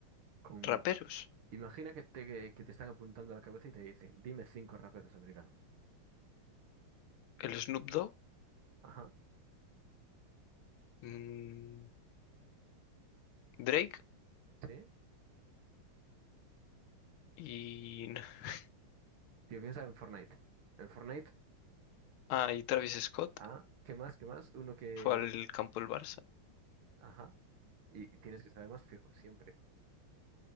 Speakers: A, on the right (about 80°); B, on the left (about 80°).
A: Con...
B: Raperos.
A: Imagina que te, que, que te están apuntando a la cabeza y te dicen, dime cinco raperos americanos.
B: El Snoop Dogg,
A: Ajá.
B: mm, Drake
A: Sí.
B: y... <laughs>
A: Tío, piensa en Fortnite. En Fortnite,
B: Ah, y Travis Scott
A: ah, ¿qué más? ¿Qué más? Uno que...
B: fue al campo del Barça.
A: Ajá. Y, y tienes que saber más fijo, siempre.